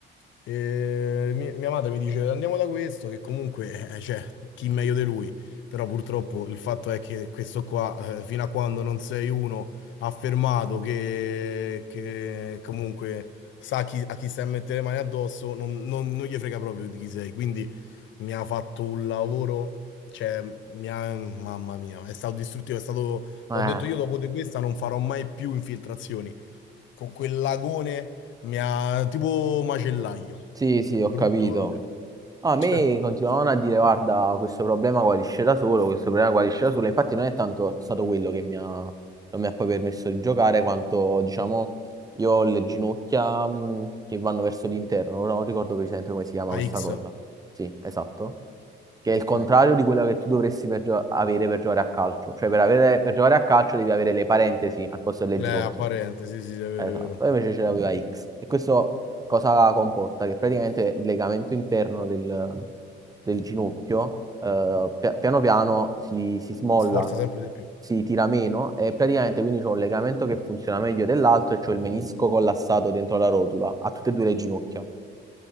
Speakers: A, on the left; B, on the right.
A: E mi- mia madre mi dice andiamo da questo, che comunque eh, cioè, chi meglio di lui? Però purtroppo il fatto è che questo qua, eh, fino a quando non sei uno affermato che, che comunque sa chi- a chi stai a mettere le mani addosso, non, non non gli frega proprio di chi sei. Quindi mi ha fatto un lavoro. Cioè, mia- mamma mia, è stato distruttivo, è stato...
B: Eh,
A: T'ho detto io dopo di questa non farò mai più infiltrazioni. Con quel lagone mi ha... tipo macellaio.
B: sì, sì,
A: Brutto
B: ho capito.
A: proprio.
B: A
A: Cioè,
B: me continuavano a dire, guarda, questo problema guarisce da solo, questo problema guarisce da solo. Infatti non è tanto stato quello che mi ha, non mi ha poi permesso di giocare, quanto, diciamo, io ho le ginocchia mh, che vanno verso l'interno. Ora non ricordo precisamente come si chiama
A: a
B: questa
A: X.
B: cosa. Sì, esatto. Che
A: Ok.
B: è il contrario
A: Eh,
B: di quella che tu dovresti per gio- avere per giocare a calcio. Cioè, per avere- per giocare a calcio devi avere le parentesi al posto delle
A: è
B: ginocchia.
A: apparente, sì, sì, è vero,
B: Esatto,
A: è vero.
B: e invece ce l'aveva X. E questo cosa comporta? Che praticamente il legamento interno del, del ginocchio eh, pia- piano piano si, si smolla,
A: Sforza sempre di più.
B: si tira meno e praticamente quindi c'ho un legamento che funziona meglio dell'altro e c'ho il menisco collassato dentro la rotula, a tutte e due le ginocchia.